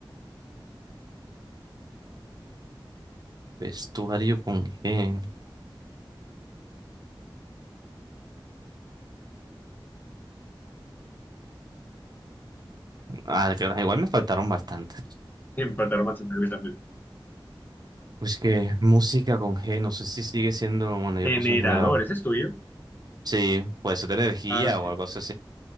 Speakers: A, on the right (about 50°); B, on the left (about 20°).
A: Vestuario con G. Ah, claro, igual me faltaron bastantes.
B: Siempre tardaron bastante en mí también.
A: Pues que música con G, no sé si sigue siendo, bueno, yo
B: Generador,
A: puse un generado.
B: ¿ese es tuyo?
A: Sí, puede ser de energía
B: Ah, sí.
A: o algo así.